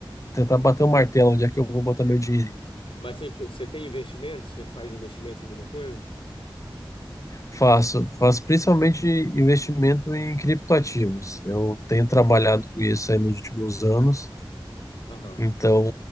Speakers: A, on the left (about 35°); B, on the left (about 75°).
A: tentar bater o martelo onde é que eu vou botar meu dinheirinho.
B: Mas você tem, você tem investimentos? Você faz investimentos em alguma coisa?
A: Faço, faço principalmente investimento em criptoativos. Eu tenho trabalhado com isso aí nos últimos anos.
B: Aham.
A: Então,